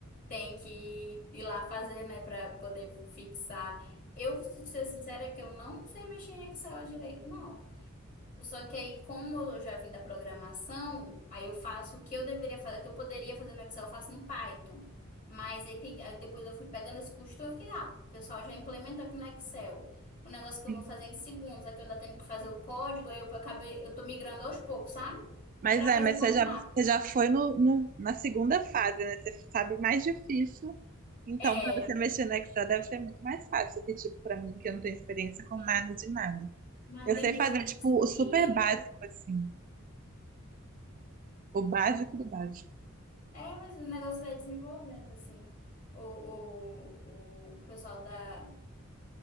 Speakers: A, on the left; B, on the right.
A: tem que ir lá fazer, né, para poder fixar. Eu, se ser sincera, que eu não sei mexer em Excel direito, não. Só que aí, como eu já vim da programação, aí eu faço o que eu deveria fazer, o que eu poderia fazer no Excel, eu faço no Python. Mas aí, tem, aí depois eu fui pegando esse costume, eu fiquei, ah, o pessoal já implementou aqui no Excel. O negócio que
B: Sim.
A: eu vou fazer em segundos, aqui eu ainda tenho que fazer o código, aí eu acabei, eu tô migrando aos poucos, sabe?
B: Mas
A: Pra
B: é,
A: fazer
B: mas
A: mais
B: você já, você
A: rápido.
B: já foi no, no- na segunda fase, né? Você sabe mais difícil. Então,
A: É.
B: para você mexer no Excel deve ser muito mais fácil que, tipo, para mim, que eu não tenho experiência com
A: É,
B: nada de nada.
A: Mas
B: Eu
A: tem
B: sei
A: coisa
B: fazer,
A: que
B: tipo,
A: isso
B: o
A: me
B: super
A: irrita.
B: básico, assim. O básico do básico.
A: É, mas o negócio vai desenvolvendo, assim. O, o, o pessoal da,